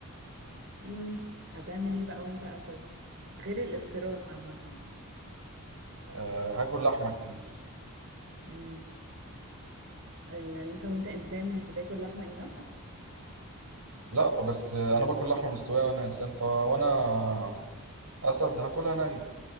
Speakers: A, on the right; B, on the right.
A: امم هتعمل ايه بقى وانت اسد غير الافتراس عامة
B: آه هاكل لحمة كتير
A: امم يعني انت وانت انسان مش بتاكل لحمة enough
B: لا بس انا باكل لحمه مستويه وانا انسان فوانا اسد هاكلها نيه